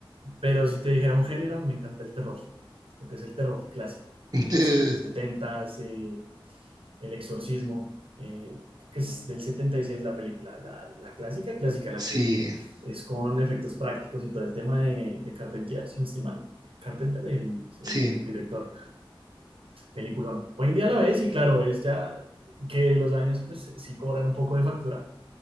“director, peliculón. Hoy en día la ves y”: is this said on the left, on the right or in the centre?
Right